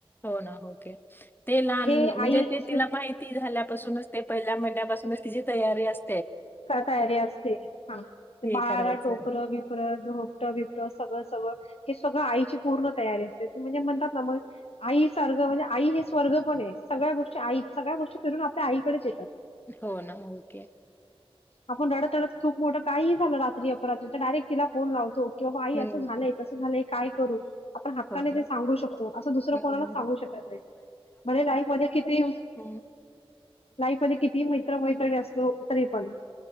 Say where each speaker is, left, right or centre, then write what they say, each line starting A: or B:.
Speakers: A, on the left; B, on the left.
A: हो ना ओके. ते लहान
B: हे
A: म्हणजे
B: आई
A: ते तिला माहिती झाल्यापासूनच ते पहिल्या महिन्या तिची तयारी अस
B: का तयारी असते. हा ते
A: हे
B: बाळाला
A: करायचं.
B: टोपलं, बिपल झोप दुबतं बिबटं सगळं सगळं हे सगळं आईची पूर्ण तयारी असते. म्हणजे म्हणतात ना मग आई सार म्हणजे आई हे स्वर्ग पणहे. सगळ्या गोष्टी आई सगळ्या गोष्टी फिरून आपल्या आईकडेच येतात.
A: हो ना. ओके.
B: आपण रडत रडत खूप मोठं काही झालं रात्री अपरात्री तर डायरेक्ट तिला फोन लावतो. किंवा आई
A: हं.
B: असं झालंय, तसं झालंय काय करू. आपण हक्काने
A: हो ना.
B: ते सांगू शकतो. असं दुसरं
A: हं,
B: कोणालाच
A: हं.
B: सांगू शकत नाही. म्हणजे लाईफ मध्ये किती
A: हम्म.
B: लाईफ मध्ये किती मित्र मैत्रिणी असो तरी पण.